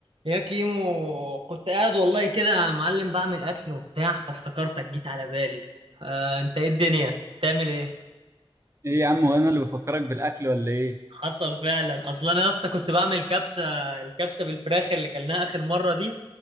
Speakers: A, on the right; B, on the right.
A: يا كيمو كنت قاعد والله كده يا معلم بعمل اكل وبتاع فافتكرتك جيت على بالي آه، انت ايه الدنيا بتعمل ايه
B: ايه يا عم وانا اللي بفكرك بالاكل ولا ايه
A: حصل فعلا اصلا انا يا اسطى كنت بعمل كبسه الكبسه بالفراخ اللي كلناها اخر مره دي